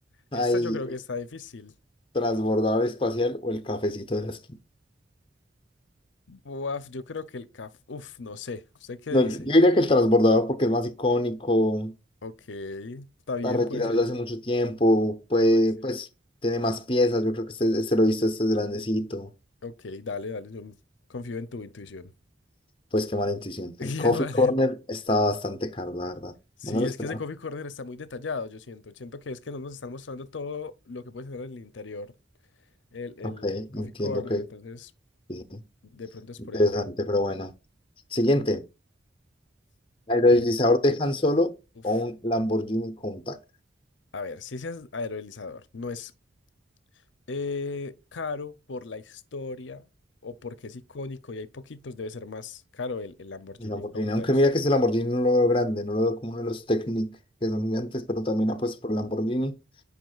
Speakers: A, on the left; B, on the left.
A: Hay
B: Esta yo creo
A: el
B: que está difícil.
A: transbordador espacial o el cafecito de la esquina.
B: Buaf, yo creo que el caf. Uf, no sé. ¿Usted qué
A: No,
B: dice?
A: yo yo diría que el transbordador porque es más icónico,
B: Ok, está
A: está
B: bien,
A: retirado
B: puede ser.
A: desde hace mucho tiempo, puede,
B: Puede ser.
A: pues tiene más piezas. Yo creo que este, este lo he visto, este es grandecito.
B: Ok, dale, dale. Yo confío en tu intuición.
A: Pues qué mala intuición.
B: <laughs> Qué
A: El Coffee
B: mal.
A: Corner está bastante caro, la verdad.
B: Sí,
A: No me lo esperaba.
B: es que ese coffee corner está muy detallado, yo siento. Siento que es que no nos están mostrando todo lo que puede tener en el interior el, el
A: Ok,
B: coffee
A: entiendo
B: corner,
A: que
B: entonces
A: sí,
B: de pronto es
A: interesante,
B: por eso.
A: pero bueno. Siguiente. Aerodislizador
B: Ay,
A: de Han Solo
B: Uf.
A: o un Lamborghini Countach.
B: A ver, si ese es aerolizador, no es eh, caro por la historia o porque es icónico y hay poquitos, debe ser más caro el, el Lamborghini
A: Un Lamborghini,
B: Countach.
A: aunque mira que ese Lamborghini no lo veo grande, no lo veo como uno de los Technic que son gigantes, pero también
B: Ah,
A: apuesto por Lamborghini.